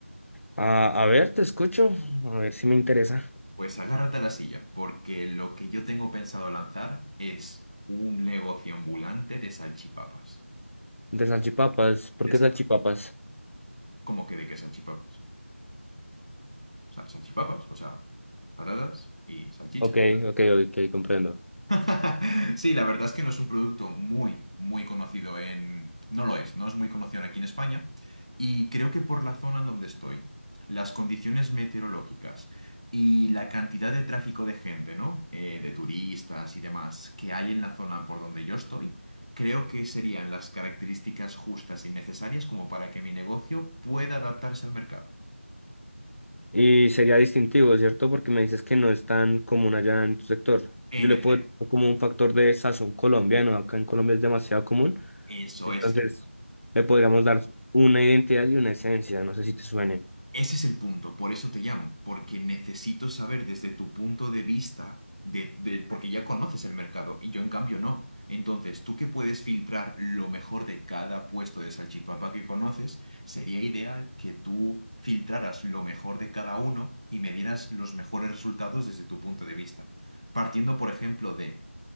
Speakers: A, on the left (about 70°); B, on the right (about 30°).
A: Ah, a ver, te escucho, a ver si me interesa.
B: Pues agárrate a la silla, porque lo que yo tengo pensado lanzar es un negocio ambulante de salchipapas.
A: De salchipapas, ¿por
B: Es
A: qué salchipapas?
B: como que de que salchipapas. O sea, salchipapas, o sea, patatas y salchicha.
A: Ok, ok, ok, comprendo.
B: <laughs> Sí, la verdad es que no es un producto muy, muy conocido en... No lo es, no es muy conocido aquí en España. Y creo que por la zona en donde estoy, las condiciones meteorológicas y la cantidad de tráfico de gente, ¿no? Eh, de turistas y demás que hay en la zona por donde yo estoy, creo que serían las características justas y necesarias como para que mi negocio pueda adaptarse al mercado.
A: Y sería distintivo, ¿cierto? Porque me dices que no es tan común allá en tu sector.
B: En
A: Yo le puedo dar como un factor de sazón colombiano, acá en Colombia es demasiado común.
B: Eso
A: Entonces,
B: es.
A: le podríamos dar una identidad y una esencia, no sé si te suenen.
B: Ese es el punto, por eso te llamo, porque necesito saber desde tu punto de vista, de, de- porque ya conoces el mercado y yo en cambio no. Entonces, tú que puedes filtrar lo mejor de cada puesto de salchipapa que conoces, sería ideal que tú filtraras lo mejor de cada uno y me dieras los mejores resultados desde tu punto de vista. Partiendo, por ejemplo, de...